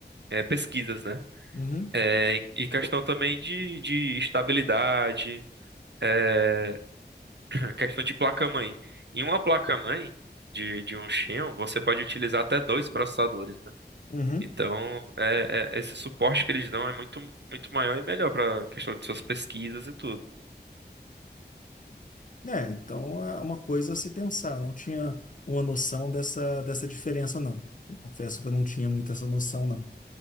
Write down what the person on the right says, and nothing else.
é, pesquisas, né?
É, e e questão também de, de estabilidade, é, <clears throat> questão de placa-mãe. Em uma placa-mãe de, de um Xeon, você pode utilizar até dois processadores, né?
Então, é, é- esse suporte que eles dão é muito, muito maior e melhor para questão de suas pesquisas e tudo.